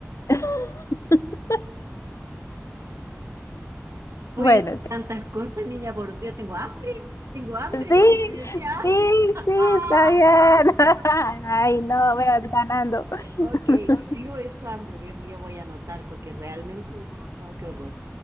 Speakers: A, on the left (about 70°); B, on the right (about 70°).
A: <laughs>
B: Pues
A: Bueno, te-
B: tantas cosas, niña, por Dios, tengo hambre, tengo hambre
A: sí,
B: por el mediodía.
A: sí,
B: <laughs>
A: sí, está bien. <laughs> Ay, no, me vas ganando. <laughs>
B: Ok, y luego es hambre, Dios mío, voy a anotar porque realmente no, no, qué horror.